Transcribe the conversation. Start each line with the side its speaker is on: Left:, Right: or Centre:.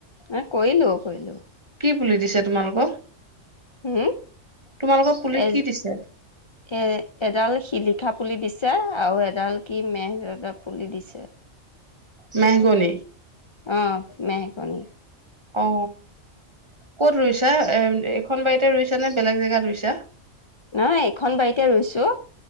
Left: এ কৰিলো কৰিলো
Right: কি বুলি দিছে তোমালোকক
Left: উম
Right: তোমালোকৰ পুলি
Left: এ
Right: কি দিছে
Left: এ এডাল শিলিখা পুলি দিছে পছা আৰু এডাল কি মেহটা পুলি দিছে
Right: মেহগনি
Left: অ' মেহগনি
Right: অ ক'ত ৰুইছা এ এইখন বাৰীতে ৰুইছা নে বেলেগ জেগাত ৰুইছা
Left: নহ এইখন বাৰীতে ৰৰুইছো